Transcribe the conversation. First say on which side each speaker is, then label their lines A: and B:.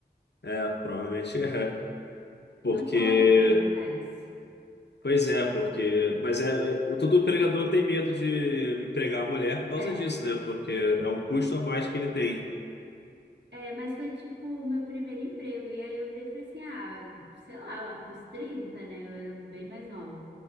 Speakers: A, on the left; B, on the right.
A: é, provavelmente é. Porque.
B: Não pode perguntar isso.
A: Pois é, porque. Mas é, é, o- todo empregador tem medo de empregar a mulher por causa
B: Tem.
A: disso, né? Porque é um custo a mais que ele tem.
B: É, mas foi tipo o meu primeiro emprego. E aí eu virei e falei assim: ah, sei lá, lá pros 30, né? Eu era bem mais nova.